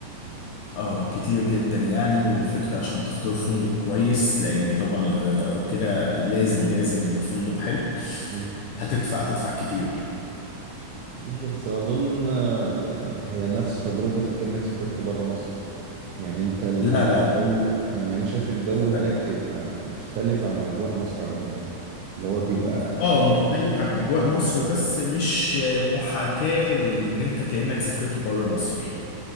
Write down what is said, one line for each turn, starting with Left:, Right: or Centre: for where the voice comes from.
Left: اه كتير جدا يعني والفكرة عشان تختار فندق كويس لأن طبعا الغردقة أو كده لازم لازم يبقى فندق حلو
Right: مم.
Left: هتدفع تدفع كتير يعني
Right: ماشي بس اظن آه، يعني هي نفس تجربة اكنك سافرت برا مصر يعني انت الجو
Left: لا لا لا
Right: يعني انا شايف الجو
Left: مختلف
Right: هناك بيبقى مختلف عن اجواء مصر عموما اللي هو بيبقى
Left: لا، اه مختلف عن أجواء مصر بس مش محاكاة ل- لأن أنت كأنك سافرت بره مصر يعني